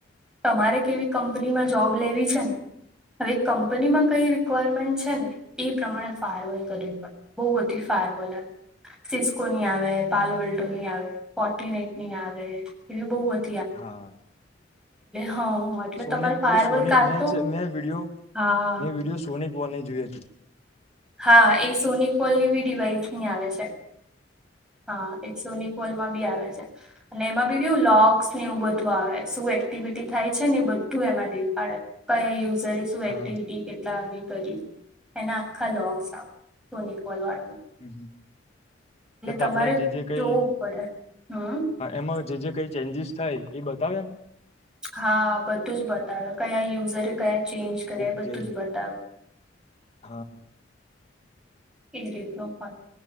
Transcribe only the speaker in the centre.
તમારે કેવી કંપનીમાં જોબ લેવી છે
ને હવે કંપનીમાં કઈ રિક્વાયરમેન્ટ છે ને એ પ્રમાણે ફારવર્ડ કરવી પડે બઉ વધી ફાર બોલા સિસ્કો ની આવે પાલવોલ્ટો ની આવે ફોટીનેટ ની આવે એવી બહ
હા એટલે
તમારે ફાયરવલ
કાં
તો
હા
હા એ સોનિક પોલ ની બી ડિવાઈસ ની આવે છે હા એકસોની લમાં બી આવે છે અને એમાં બી કેું લોગસ ને એવું બધું આવે શું એક્ટિવિટી થાય છે ને બધું એમાં દેખાડે કયા યુઝરે શું એક્ટિવિટી
કેટલા આવે એના આખા લોંગસ સોનિકલ વાળમાં
તમારે
જોવું પડે હમ
હા બધું જ બતાવે કયા યુઝરે કયા ચેન્જ કર્યા
એ બધું જ બતાવે
એ રીત નું હોય